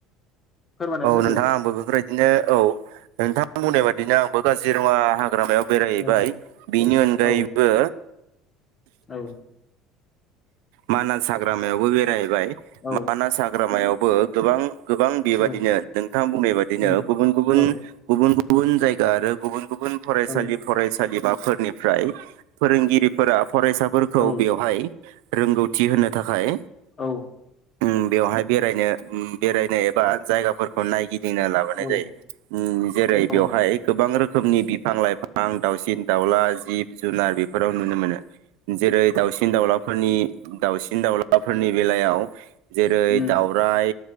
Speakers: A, on the left (about 25°); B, on the right (about 80°).
A: फोरमायनानै
B: औ
A: होदो
B: नोंथाङा आंबो बेफोरबायदिनो औ नोंथां बुंनाय बायदिनो आंबो काजिरङा हा ग्रामायाव बेरायहैबाय
A: औ
B: बिनि अनगायैबो
A: औ औ
B: मानास हाग्रामायावबो बेरायहैबाय
A: औ
B: मानास हाग्रामायावबो गोबां गोबां बेबायदिनो
A: औ
B: नोंथां बुंनाय बायदिनो
A: उम
B: गुबुन गुबुन
A: औ
B: गुबुन गु बुन जायगा आरो गुबुन गुबुन फरायसालि
A: औ
B: फरायसालि बा फोरनिफ्राय फोरोंगिरिफोरा फरायसाफोरखौ
A: औ
B: बेवहाय ए रोंगौथि होनो थाखाय
A: औ
B: उम बेवहाय बेरायनो उम बेराय नो एबा जायगाफोरखौ नायगि दिंना लाबोनाय
A: औ
B: जायो उम जेरै-
A: औ
B: बेवहाय गोबां रोखोमनि बिफां लाइफां दावसिन दाउला जिब जुनार बेफोराव नुनो मोनो जेरै- दाउसिन दावउलाफोरनि दाावसिन दाउलाफोरनि बेलायाव जेरै-
A: उम
B: दाउराय